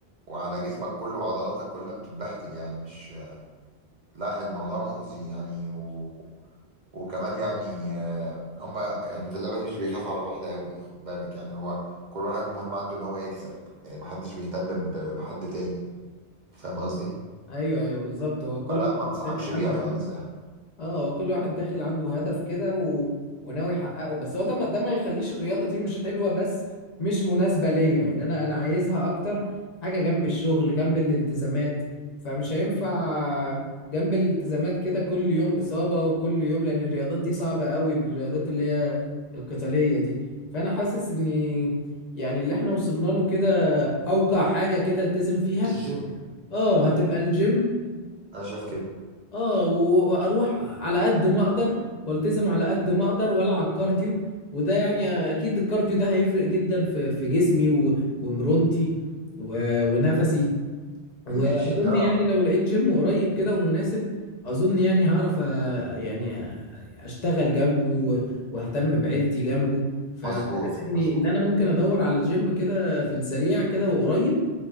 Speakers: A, on the right; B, on the left.
A: وعلى جسمك كله وعضلاتك كلها بتتبهدل يعني مش لا الموضوع مؤذي يعني و... وكمان يعني آه، هما يعني في اللعبه دي مش بيخافوا على بعض قوي خد بالك يعني هو كل واحد مهم عنده ان هو يكسب يعني محدش بيهتم ب... بحد تاني فاهم قصدي
B: ايوه ايوه بالظبط هو كل
A: فلا
B: واحد
A: ما انصحكش
B: داخل عنده
A: بيها خالص
B: هدف
A: يعني
B: اه هو كل واحد داخل عنده هدف كده و... وناوي يحققه بس هو ده ما... ده ما يخليش الرياضة دي مش حلوة بس مش مناسبة ليا يعني انا انا عايزها اكتر حاجة جنب الشغل جنب الالتزامات فمش هينفع جنب الالتزامات كده كل يوم إصابة وكل يوم لأن الرياضات دي صعبة قوي الرياضات اللي هي القتالية دي فأنا حاسس إني يعني اللي احنا وصلنا له كده أوقع حاجة كده التزم فيها
A: الجيم
B: اه هتبقى الجيم
A: انا شايف كده
B: اه و- واروح على قد ما اقدر والتزم على قد ما اقدر والعب كارديو وده يعني اكيد الكارديو ده هيفرق جدا في في جسمي و- ومرونتي و- ونفسي واظن
A: ماشي اه
B: يعني لو لقيت جيم قريب كده ومناسب اظن يعني هعرف أ- يعني أ- اشتغل جنبه و- واهتم بعيلتي جنبه فحاسس
A: مظبوط
B: اني
A: مظبوط
B: ان انا ممكن ادور على جيم كده في السريع كده وقريب